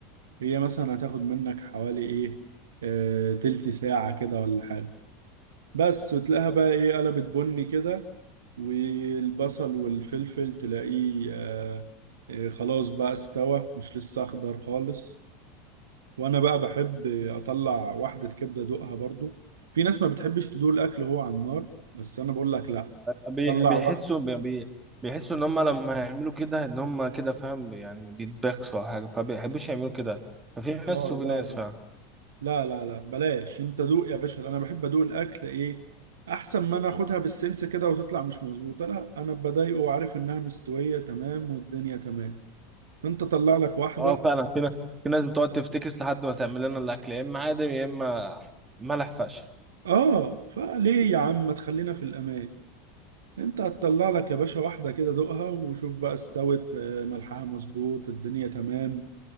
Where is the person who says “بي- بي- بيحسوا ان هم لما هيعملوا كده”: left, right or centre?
Right